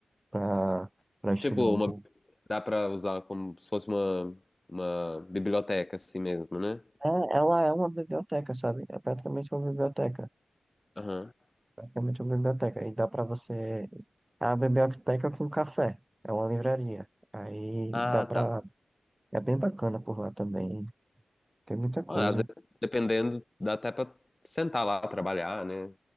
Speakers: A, on the right; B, on the left.
A: pra, pra estudar
B: Tipo,
A: um
B: uma,
A: pouco.
B: dá pra usar como se fosse uma, uma biblioteca assim mesmo, né?
A: É, ela é uma biblioteca, sabe? É praticamente uma biblioteca.
B: Aham.
A: Praticamente uma biblioteca. E dá pra você. É uma biblioteca com café. É uma livraria. Aí
B: Ah,
A: dá pra.
B: tá.
A: É bem bacana por lá também. Tem muita coisa.
B: Ah, às vezes, dependendo, dá até pra sentar lá, trabalhar, né?